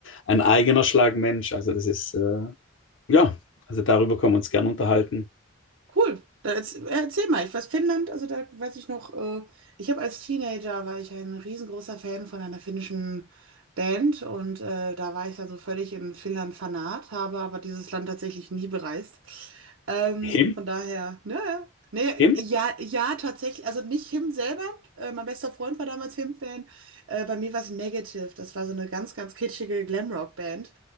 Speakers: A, on the left; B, on the right.
A: ein eigener Schlagmensch. Also das ist äh, Ja, also darüber können wir uns gern unterhalten.
B: Cool. Da erz- äh, erzähl mal, ich weiß Finnland, also da weiß ich noch, äh, ich habe als Teenager war ich ein riesengroßer Fan von einer finnischen Band und äh, da war ich dann so völlig in Finnland Fanat, habe aber dieses Land tatsächlich nie bereist. Ähm,
A: Him?
B: von daher, ne, ne,
A: Him?
B: ja, ja, tatsächlich, also nicht Him selber, äh, mein bester Freund war damals Him-Fan, äh, bei mir war es Negative, das war so eine ganz, ganz kitschige Glamrock-Band,